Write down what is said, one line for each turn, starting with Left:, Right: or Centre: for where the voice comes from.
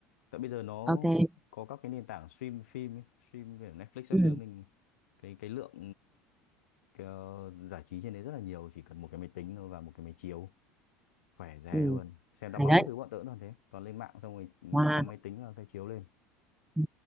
Left: tại bây giờ nó
Centre: ok
Left: có các cái nền tảng stream phim ấy, stream kiểu Netflix các
Centre: ừ,
Left: thứ mình cái cái lượng cái, ờ, giải trí trên đấy rất là nhiều chỉ cần một cái máy tính thôi và một cái máy chiếu khỏe re
Centre: ừ,
Left: luôn xem đá
Centre: hay
Left: bóng
Centre: đấy
Left: cái thứ bọn tớ cũng toàn thế toàn lên mạng xong rồi ừ,
Centre: wow
Left: cắm máy tính vào xoay chiếu lên
Centre: ừ.